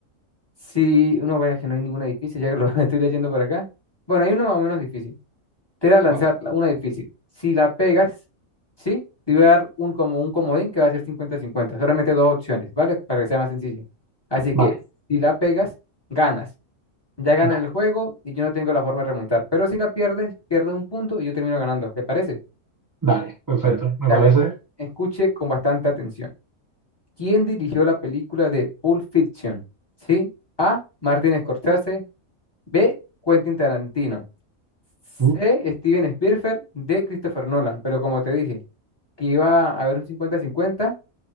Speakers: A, on the left; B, on the right.
A: si... uno ve que no hay ninguna difícil, ya que lo <laughs> estoy leyendo por acá. Bueno, hay una más o menos difícil. Te voy a lanzar
B: vale,
A: la- una difícil. Si la pegas, ¿sí? Te voy a dar un, como un comodín que va a ser cincuenta cincuenta Solamente dos opciones, ¿vale? Para que sea más sencillo. Así
B: vale.
A: que, si la pegas, ganas. Ya gana
B: Dale,
A: el juego y yo no tengo la forma de remontar. Pero si la pierdes, pierdes un punto y yo termino ganando. ¿Te parece?
B: dale, perfecto, me
A: Dale,
B: parece.
A: escuche con bastante atención. ¿Quién dirigió la película de Pulp Fiction? ¿Sí? A. Martin Scorsese. B. Quentin Tarantino. C.
B: Uh,
A: Steven Spielberg. D. Christopher Nolan. Pero como te dije. que iba a haber un cincuenta-cincuenta